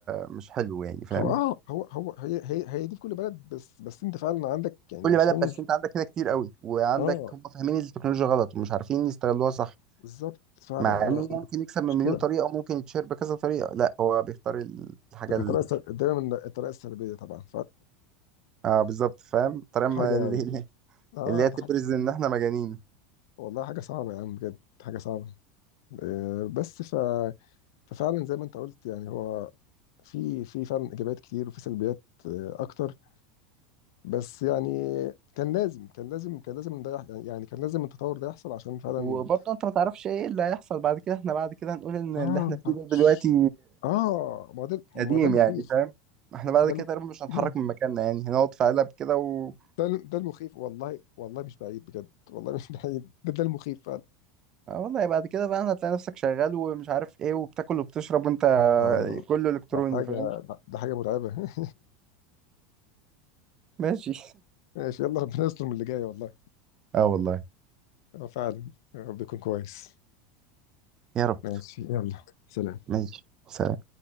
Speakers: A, on the right; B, on the left.
A: مش حلو يعني فاهم
B: هو اه هو هو هي هي هي دي في كل بلد بس بس انت فعلا عندك يعني
A: كل
B: عشان
A: بلد بس انت عندك كده كتير قوي وعندك
B: اه
A: هم فاهمين التكنولوجيا غلط ومش عارفين يستغلوها صح
B: بالظبط فعلا
A: مع
B: اه
A: انه ممكن
B: اه
A: يكسب من
B: مشكلة
A: مليون طريقه وممكن يتشير بكذا طريقه لا هو بيختار ال- الحاجه
B: الطريقة
A: ال-
B: السل- دايما الطريقة السلبية طبعا
A: اه بالظبط فاهم الطريقه
B: فحاجة
A: <laughs>
B: <laughs> اه
A: اللي هي تبرز
B: ده حاجة
A: ان احنا مجانين
B: والله حاجة صعبة يا عم بجد حاجة صعبة آه بس ف... ففعلا زي ما انت قلت يعني هو في في فعلا ايجابيات كتير وفي سلبيات آه اكتر بس يعني كان لازم كان لازم كان لازم ده يح- يعني يعني كان لازم التطور ده يحصل عشان فعلا
A: وبرضه انت ما تعرفش ايه اللي هيحصل بعد كده احنا بعد كده هنقول ان
B: اه
A: اللي احنا
B: ما
A: فيه
B: تعرفش
A: ده دلوقتي
B: اه ما هو ده ما
A: قديم
B: هو ده المخيف
A: يعني فاهم احنا بعد
B: ده
A: كده
B: الم...
A: تقريبا مش هنتحرك
B: <laughs>
A: من مكاننا يعني هنقعد في قلب كده و
B: ده ده المخيف والله والله مش بعيد بجد والله مش بعيد ده ده المخيف فعلا
A: آه والله بعد كده بقى هتلاقي نفسك شغال ومش عارف ايه وبتاكل وبتشرب وانت
B: اه
A: كله الكتروني
B: ده حاجة
A: فاهم
B: ده ده حاجة مرعبة <laughs>
A: ماشي
B: ماشي يلا ربنا يستر من اللي جاي والله
A: اه والله
B: اه فعلا يا رب يكون كويس
A: يا رب
B: ماشي يلا سلام
A: ماشي سلام